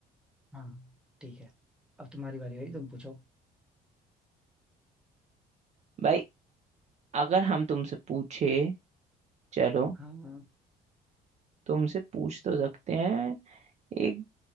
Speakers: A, in the centre; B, on the right.
A: हाँ ठीक है अब तुम्हारी बारी भाई तुम पूछो
B: भाई अगर हम तुमसे पूछे चलो
A: हाँ हाँ
B: तुमसे पूछ तो सकते हैं एक